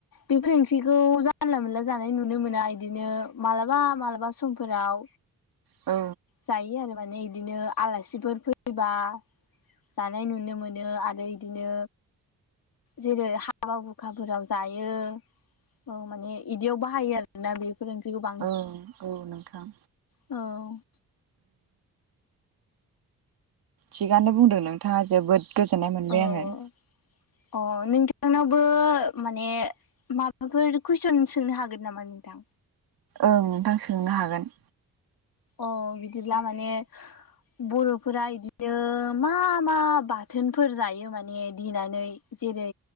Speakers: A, on the left (about 70°); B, on the right (about 80°).
A: बेफोर ओंख्रिखौ जा जानला मोनला जानाय नुनो मोना इदिनो मालाबा मालाबा समफोराव
B: ओ।
A: जायो आरो माने इदिनो आलासिफोर फैबा जानाय नुनो मोनो आरो इदिनो जेरै हाबा हुखाफोराव जायो औ माने इदियाव बाहायो आरोना बेफोर ओंख्रिखौ बां
B: औ औ नोंथां।
A: औ।
B: थिगानो बुंदों नोंथाङा जोबोद गोजोननाय मोनबाय
A: औ अ
B: आङो ओं
A: अ नोंथांनावबो माने माबाफोर कुइसन सोंनो हागोन नामा नोंथां?
B: ओं नोंथां सोंनो हागोन।
A: अ बिदिब्ला माने बर'फोरा इदिनो मा मा बाथोनफोर जायो माने देनानै? जेरै